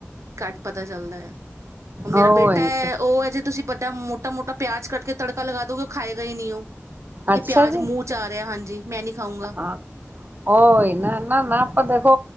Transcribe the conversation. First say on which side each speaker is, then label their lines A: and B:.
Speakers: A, on the right; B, on the right.
A: ਘੱਟ ਪਤਾ ਚੱਲਦਾ ਐ ਮੇਰਾ
B: ਉਹ
A: ਬੇਟਾ ਹੈ, ਉਹ ਐ ਜੇ ਤੁਸੀਂ, ਵੱਡਾ ਮੋਟਾ ਮੋਟਾ, ਪਿਆਜ ਕਟ ਕੇ ਤੜਕਾ ਲਗਾ ਦੋਗੇ, ਉਹ ਖਾਏਗਾ ਹੀ ਨਹੀਂ ਔ। ਇਹ
B: ਅੱਛਾ
A: ਪਿਆਜ
B: ਜੀ
A: ਮੂੰਹ ਚ ਆ ਰਿਹਾ ਹਾਂਜੀ, ਮੈਂ ਨਹੀਂ ਖਾਊਂਗਾ
B: ਹਾਂ ਔ ਈ ਨਾ ਨਾ ਨਾ ਆਪਾਂ ਦੇਖੋ